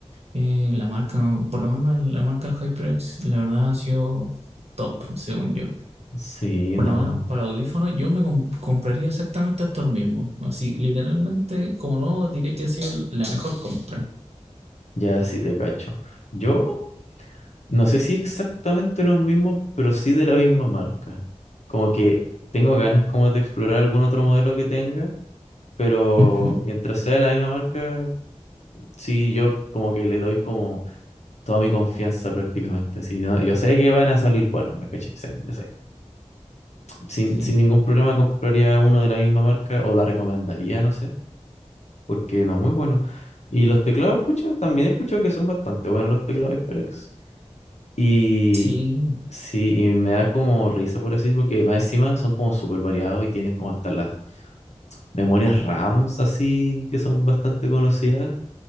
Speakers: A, on the right; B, on the left.
A: Eh, la marca, por lo menos la marca HyperX, la verdad ha sido top, según yo.
B: Sí,
A: Por
B: no,
A: lo menos para audífonos yo me com- compraría exactamente estos mismos. Así, literalmente, como nuevo, diría que ha sido la mejor compra.
B: ya sí te cacho. Yo no sé si exactamente lo mismo, pero sí de la misma marca. Como que tengo ganas como de explorar algún otro modelo que tenga, pero
A: Ujú,
B: mientras sea de la misma marca, sí, yo como que le doy como toda mi confianza prácticamente. Sí, no, yo sé que van a salir, bueno, me caché, sé, yo sé. Sin,
A: Sí,
B: sin ningún problema compraría uno de la misma marca o la recomendaría, no sé, porque no, muy bueno. Y los teclados, pucha, también he escuchado que son bastante buenos los teclados HyperX. Y
A: sí,
B: sí, y me da como risa por así, porque más encima son como súper variados y tienen como hasta las memorias RAMs así, que son bastante conocidas,